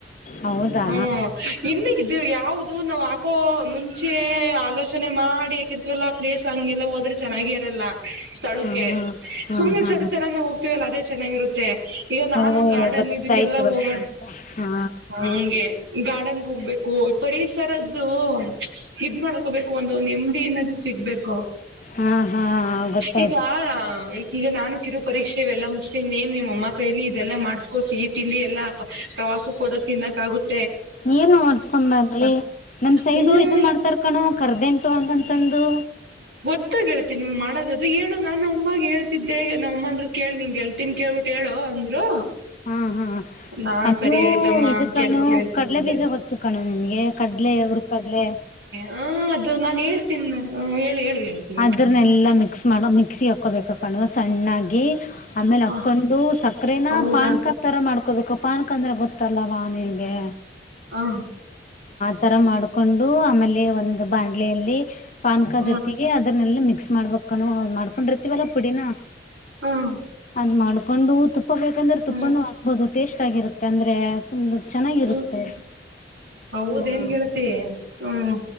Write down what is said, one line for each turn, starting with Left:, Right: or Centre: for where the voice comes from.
Left: ಹೌದಾ
Right: ಹಾ ಇನ್ನು ಇದು ಯಾವವುದು ನಾವ್ ಹಾಕೋ ಮುಂಚೆ ಆಲೋಚನೆ ಮಾಡಿ ಯಾಕಿರ್ತವಲ್ಲ ಪ್ಲೇಸ್ ಹಂಗೆಲ್ಲ ಹೋದ್ರೆ ಚೆನ್ನಾಗಿ ಇರಲ್ಲ ಸ್ಥಳಕ್ಕೆೆ
Left: ಹಾ ಹಾ
Right: ಸುಮ್ಮ್ನೆ
Left: ಹಾ
Right: ಸಡಸಡನ್ ಹೋಗತೀವ್ ಅಲ್ಲ ಅದೇ ಚೆನ್ನಾಗಿರುತ್ತೆ ಈಗ ನಾನು
Left: ಓ
Right: ಗಾರ್ಡನ್
Left: ಗೊತ್ತಾಯ್ತು
Right: ಇದಕ್ಕೆಲ್ಲ
Left: ಗೊತ್ತಾಯ್ತು
Right: ಹೋಗೋಣ
Left: ಹಾ
Right: ಹಂಗೆ ಈಗ್ ಗಾರ್ಡಗ್ ಹೋಗ್ಬೇಕು ಪರಿಸರದ್ದು ಇದ್ ಮಾಡ್ಕೊಬೇಕು ಒಂದು ನೆಮ್ಮದಿ ಏನಾದ ಸಿಗ್ಬೇಕು
Left: ಹಾ ಹಾ ಗೊತ್
Right: ಈಗ ಈ ಈಗ ನಾನು ಕಿರು ಪರೀಕ್ಷ್ ವಿಷಯವೆಲ್ಲ ಮುಗ್ಸಿ ನೀನ್ ನಿಮ್ಮ ಅಮ್ಮ ಕೈಲಿ ಇದೆಲ್ಲಾ ಮಾಡ್ಸ್ಕೋತಿ ತಿಂಡಿ ಎಲ್ಲಾ ಪ್ರವಾಸಕ್ ಹೋದಕ್ ತಿನ್ನಕ್ ಆಗುತ್
Left: ಏನು ಮಾಡಡ್ಸ್ಕೊಂಬಾರಲಿ ನಮ ಸೈಡು
Right: ಹ್ಮ್
Left: ಇದ ಮಾಡ್ತಾರ್ ಕಣೊ ಕರ್ದೆಂಟು ಅಂತಂತಂದು
Right: ತ್ತ ಗೆಲ್ತಿ ನೀ ಮಾಡೋದ್ <unintelligible> ಹೇಳು ನಾನು ಒಂಬಾಗ ಹೇಳ್ತಿದ್ದೆ ಈಗ ನ ಅಮ್ಮಂದ್ರರು ಕೇಳಿ ನಿಂಗಗೆೇಳ್ತೀಿ ಕೇಳ್ಬಿಟ್ಟ ಹೇಳು ಅಂದ್ರು
Left: ಹಾ ಹಾ
Right: ನಾನ್
Left: ಅದುೂ
Right: ಸರಿ ಆಯ್ತಮ್ಮ
Left: ಇದು
Right: ಕೇಳ್ಬಿಟ್ಟು
Left: ಕಣೊ
Right: ಹೇಳ್ತೀನಿ
Left: ಕಡಲೆ
Right: ಅಂದೆ
Left: ಬೀಜ ಗೊತ್ತು ಕಣೊ ನಿಮಗೆ ಕಡಲೆ ಹುಡ್ ಕಡ್ಲೆ
Right: ಹಾ ಅದು ನಾನ್ ಹೇಳ್ತೀನಿ ಹೇಳು ಹೇಳು ಹೇಳ್ತಿ ಹೇಳು
Left: ಅದ್ರನೆ ಎಲ್ಲ ಮಿಕ್ಸ್ ಮಾಡ ಮ ಮಿಕ್ಸ ಹಾಕೊೋಬೇಕು ಕಣು ಸಣ್ಣಾಗಿ <inaudible> <inaudible> <inaudible> ಆಮೇಲೆ ಹಕ್ಕೊಂಡು
Right: ಹ
Left: ಸಕರೆನ
Right: ಹೌದಾ
Left: ಪಾನ್ ಕಾತರ ಮಾಡ್ಕೊ ಹಕೋಬೇಕಪ್ಪ ಅನ್ಕಂದ್ರೆ ಗೊತ್ತಲ್ಲವಾ ನಿನ್ಗೆ
Right: ಹ
Left: ಥರ ಮಾಡಿಕೊಂಡು ಆಮೇಲೆ ಒಂದು ಬಾಣ್ಲೆಯಲ್ಲಿ ಪನ್ ಕ
Right: ಹ
Left: ಜೊ ಅದ್ರನ್ನೆಲ್ಲಿ ಮಿಕ್ಸ್ ಮಾಡ್ಬೇಕು ಕೊಂಡ ಮಾಡ್ಕೊಂಡಿರ್ತಿೀವಲ್ಲ ಪುಡಿನ
Right: ಹ
Left: ಅ್ಣ ಮಾಡಳ ಕೊಂಡು ತುಪ್ಪ ಬೇಕಂದ್ರೆ ತುಪ್ಪನೂ
Right: ಹ
Left: ಹಾಕ್ಬಹದು ಟೇಸ್ ಆಾಗಿಿರುತ್ತೆ ಅಂದರೆ ತುಂಬ ಚೆನ್ನಾಗಿರುತ್ತೆ
Right: ಹ್ಮ್ ಹೌದೇನ್
Left: ಹ
Right: ಗೆಳತಿ ಹ್ಮ್